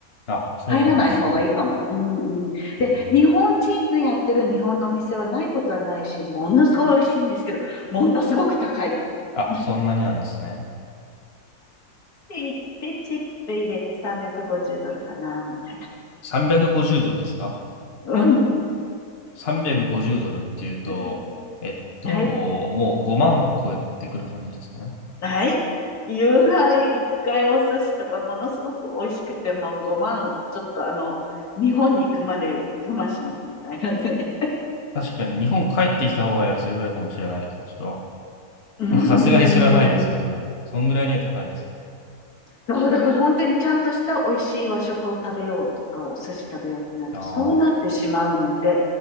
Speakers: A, on the left; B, on the left.
A: あ、そうなんですね。
B: 入らない方がいいかも。うんうん。で、
A: うん。
B: 日本人のやってる日本のお店はないことはないし、ものすごい美味しいんですけど、ものすごく高い。
A: あ、
B: <laughs> っ
A: そんなになんですね。
B: て言って、チップ入れて350ドルかな、みたい
A: 350ドルですか
B: な。うん。
A: ?350 ドルっていうと、
B: <laughs>
A: えっと、
B: はい。
A: もう5万超えてくる感じですかね。
B: はい。夕飯一回お寿司とかものすごく美味しくて、もう5万、ちょっとあの、日本に行くまで我慢しますみたいなね。
A: 確かに日本帰ってきた方が安いぐらいかもしれないですね。ちょっと、
B: うーん。
A: まあさすがにそれはないですけども、そんぐらいには高いですね。
B: そう、だから本当にちゃんとした美味しい和食を食べようとか、お寿司食べようってなると、
A: ああ、
B: そうなってしまうので、